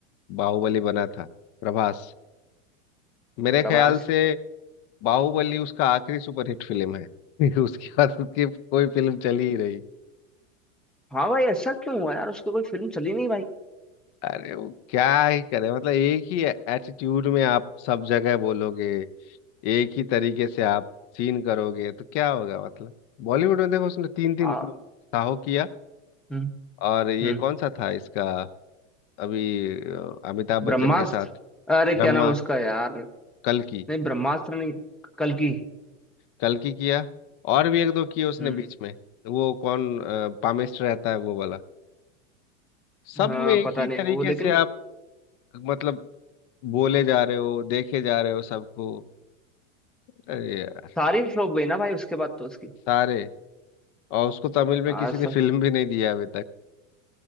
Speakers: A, on the left (about 40°); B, in the centre.
A: बाहुबली बना था प्रभास मेरे
B: प्रभास
A: ख्याल से बाहुबली उसका आखिरी सुपरहिट फिल्म है <laughs> उसके बाद उसकी कोई फिल्म चली ही रही
B: हाँ भाई ऐसा क्यों हुआ यार उसकी कोई फिल्म चली नहीं भाई
A: अरे वो क्या ही करे मतलब एक ही एटीट्यूड में आप सब जगह बोलोगे एक ही तरीके से आप सीन करोगे तो क्या होगा मतलब बॉलीवुड में देखो उसने तीन तीन
B: हाँ
A: साहो किया
B: हम्म
A: और ये
B: हम्म
A: कौन सा था इसका अभी अ, अमिताभ बच्चन
B: ब्रह्मास्त्र
A: के साथ
B: अरे
A: ब्रह्मा
B: क्या नाम उसका यार
A: कल्कि
B: नहीं ब्रह्मास्त्र नहीं कल की
A: कल्कि किया और भी एक दो किए उसने
B: हम्म
A: बीच में वो कौन अ, पामेस्टर रहता है वो वाला सब
B: हाँ
A: में एक
B: पता
A: ही
B: नहीं
A: तरीके
B: वो लेकिन
A: से आप मतलब बोले जा रहे हो देखे जा रहे हो सबको अरे यार,
B: सारी फ्लॉप गई ना भाई उसके बाद तो उसकी
A: सारे और उसको तमिल में
B: हाँ
A: किसी ने
B: सब
A: फिल्म भी नहीं दिया अभी तक